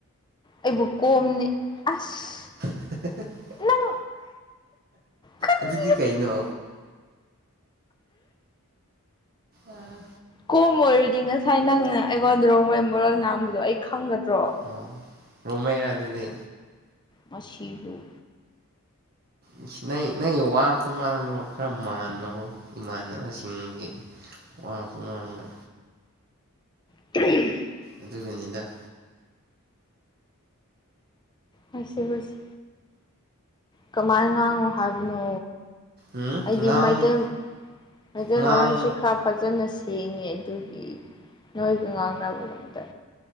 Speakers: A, on the left; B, on the right.
A: ꯑꯩꯕꯨ ꯀꯣꯝꯅꯦ ꯑꯁ
B: <unintelligible>
A: ꯅꯪ ꯀꯔꯤ
B: ꯑꯗꯨꯗꯤ ꯀꯩꯅꯣ꫰꫰ ꯑꯥ꯫
A: ꯀꯣꯝ ꯑꯣꯏꯔꯗꯤ ꯉꯁꯥꯏ ꯅꯪꯅ ꯑꯩꯉꯣꯟꯗ ꯔꯣꯡꯃꯩ ꯃꯔꯣꯟ ꯉꯥꯡꯕꯗꯣ ꯑꯩ ꯈꯪꯒꯗ꯭ꯔꯣ꯫
B: ꯑꯣ ꯔꯣꯡꯃꯩꯔꯥ ꯑꯗꯨꯗꯤ꯫
A: ꯃꯁꯤꯕꯨ꯫
B: ꯑꯁ ꯅꯪꯒꯤ ꯅꯪꯒꯤ ꯋꯥ ꯈꯨꯉꯥꯡꯗꯣ ꯈꯔ ꯃꯥꯟꯕꯀꯣ ꯏꯃꯥꯟꯅꯕꯁꯤꯡꯒꯤ꯫ ꯋꯥ ꯈꯨꯉꯥꯡꯗ
A: <unintelligible>
B: ꯑꯗꯨꯒꯤꯅꯤꯗ꯫
A: ꯍꯣꯏꯁꯦ ꯍꯣꯏꯁꯦ꯫ ꯀꯃꯥꯏꯅ ꯉꯥꯡꯉꯣ ꯍꯥꯏꯕꯅꯣ꫰꫰
B: ꯎꯝ
A: ꯑꯩꯗꯤ
B: ꯉꯥꯡ
A: ꯃꯩꯇꯩ ꯃꯩꯇꯩ
B: ꯉꯥꯡ
A: ꯃꯔꯣꯟꯁꯤ ꯈꯔ ꯐꯖꯅ ꯁꯦꯡꯉꯦ ꯑꯗꯨꯒꯤ ꯅꯣꯏꯒ ꯉꯥꯡꯅꯕꯒꯥꯟꯗ